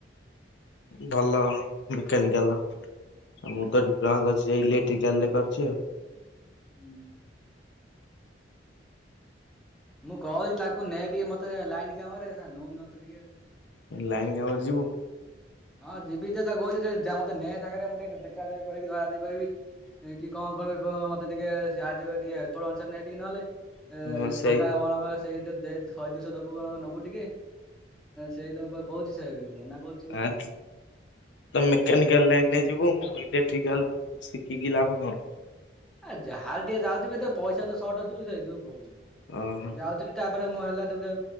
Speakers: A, on the left (about 75°); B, in the centre.
A: ଭଲ ମେକାନିକାଲ
B: ହୁଁ
A: ମୁଁ ତ ଡି ପ୍ଲମା କର୍ଚି ଇଲେଟ୍ରିକାଲ ରେ କରିଚି ଆଉ।
B: ହୁଁ। ମୁଁ କହୁଛି ତାକୁ ନେଇ ଟିକେ ମତେ ଲାଇନ କାମରେ ନଉନତେ ଟିକେ ଆଉ।
A: ଲାଇନ୍ କମରେ ଯିବୁ?
B: ହଁ ଯିବି ଯେ ତା କହୁଛି ମତେ ନେ ସାଙ୍ଗେରେ ମୁଁ ଟିକେ ଦେଖା ଦୁଖି କରିକି ଧରା ଧୁରି କରିବି। କି କଣ କରିବ ମତେ ଟିକେ ସାହାଯ୍ୟ ଟିକେ ହେଲ୍ପର୍ ଅନୁସାରେ ନେ ଟିକେ ନହେଲେ। ଏ
A: ହଁ ସେଇ
B: ଟଙ୍କା କଣ ସେଇ ଶହେ ଦୁଇଶହ ଦେବୁ କଣ ନେବୁ ଟିକେ ସେଇ ତଁ କ କହୁଛି ସେୟା କିତୁ ମନା କ
A: ଆଁ ତମ ମେକାନିକାଲ୍ ଲାଇନ୍ ରେ ଯିବୁ ମୁଁ ଇଲେକ୍ଟ୍ରିକାଲ୍ ଶିଖିକି ଲାଭ କଁ?
B: ଆ ଯାହାହେଲେ ଟିକେ ଯାଉଥିବି ତ ପଇସା ତ ସର୍ଟ୍ ଅଛି ସେଇଥୁରୁ କୋହୁଚି।
A: ଓହୋ।
B: ଯାଉଥିବି ତାପରେ ମୁଁ ହେଲା ତ ଟି